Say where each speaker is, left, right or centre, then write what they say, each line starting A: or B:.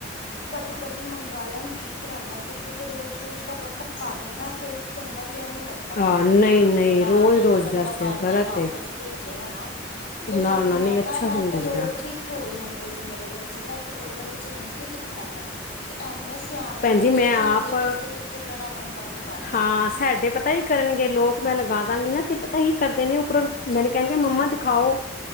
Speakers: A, on the left; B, on the left.
A: ਕਦੇ-ਕਦੀ ਮੰਗਾ ਲੈਣ ਠੀਕ ਰਹਿੰਦਾ ਫੇਰ ਜਦੋਂ ਰੋਜ਼ ਰੋਜ਼ ਦਾ ਵਕਤ ਪਾ ਦਿੰਨ ਨਾ ਫਿਰ ਚੰਗਾ ਜਿਹਾ ਨਹੀਂ ਲੱਗਦਾ ਤਾਂ
B: ਹਾਂ
A: ਬੰਦੇ
B: ਨਹੀਂ
A: ਨੂੰ ਬਲਿੰਕਟ
B: ਨਹੀਂ
A: ਆਲਾ
B: ਰੋਜ਼
A: ਆ ਜੇ
B: ਰੋਜ਼
A: ਤੇ ਬੰਦਾ
B: ਦੱਸ
A: ਬਾਰ
B: ਗ਼ਲਤ
A: ਬਾਰ ਵਾਪਸ
B: ਏ
A: ਭੇਜੇ ਹਨਾ। ਤੇ
B: ਨਾ
A: ਸਗੋਂ
B: ਨਾ
A: ਮੈਂ
B: ਨਹੀਂ ਅੱਛਾ
A: ਤਾਂ
B: ਵੀ
A: ਇਹ
B: ਨੀ
A: ਤਾਂ
B: ਲੱਗਦਾ
A: ਲੋਕ ਵੀ ਖੋਲ ਲੈਂਦੇ ਜੇ ਮੇਰੇ ਬੱਚੇ ਤਾਂ ਇੱਕ ਦੋ ਵਾਰੀ ਚੇਂਜ ਵੀ ਕੀਤਾ ਮੈਂ। ਤੇ ਇੰਨੇ ਸਿਆਣੇ
B: ਭੈਣ
A: ਨੇ
B: ਜੀ
A: ਵੇਖ
B: ਮੈਂ ਆਪ
A: ਲੈਣਗੇ ਕਿੱਥੇ ਕਿੱਥੇ ਕਿਹੜਾ ਨੰਬਰ। ਦਬਾਇਆ।
B: ਹਾਂ ਸਾਡੇ ਪਤਾ ਈ ਕਰਨਗੇ ਲੋਕ ਮੈਂ ਲਗਾ ਦਾਂਗੀ ਨਾ ਤੇ ਪਤਾ ਹੀ ਕਰਦੇ ਨੇ ਉਪਰੋਂ ਮੈਨੂੰ ਕਹਿਣਗੇ ਮੰਮਾ ਦਿਖਾਓ।